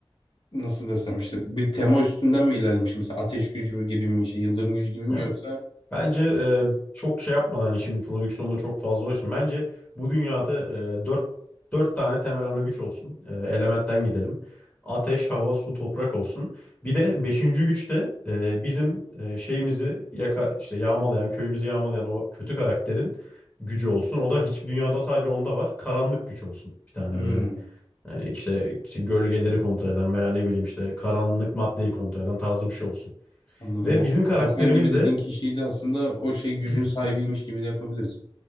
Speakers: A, on the left; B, on the left.
A: nasıl desem işte bir tema üstünden mi ilerlemiş? Mesela ateş gücü mü gibi mi? Şey, yıldırım gücü gibi mi
B: Yani
A: yoksa?
B: Bence e, çok şey yapmadan hani şimdi prodüksiyonda çok fazla ulaşın. Bence bu dünyada e, dört, dört tane temel ana güç olsun. E, elementten gidelim. Ateş, hava, su, toprak olsun. Bir de beşinci güç de e, bizim e, şeyimizi yaka, işte yağmalayan, köyümüzü yağmalayan o kötü karakterin gücü olsun. O da hiçbir dünyada sadece onda var. Karanlık güç olsun bir tane
A: Hmm,
B: böyle. Yani işte, işte gölgeleri kontrol eden veya ne bileyim işte karanlık maddeyi kontrol eden tarzı bir şey olsun.
A: anladım.
B: Ve
A: O
B: bizim karakterimiz
A: komutan gibi dediğin
B: de
A: kişiyi de aslında o şey gücün
B: <clears throat>
A: sahibiymiş gibi de yapabiliriz.